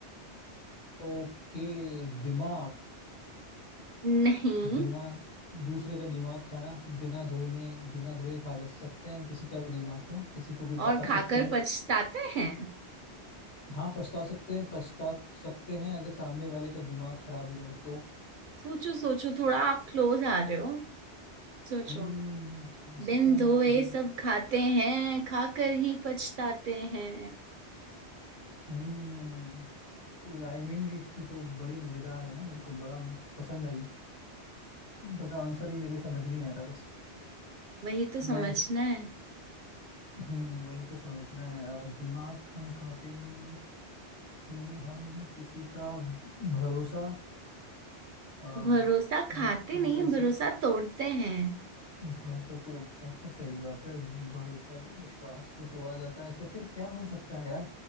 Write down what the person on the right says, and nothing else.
नहीं
और
खाकर
पछताते हैं
सोचो सोचो थोड़ा आप क्लोज आ रहे हो सोचो
बिन
धोए
सब खाते हैं खाकर ही पछताते हैं
वही तो समझना
है
भरोसा खाते
नहीं
भरोसा तोड़ते हैं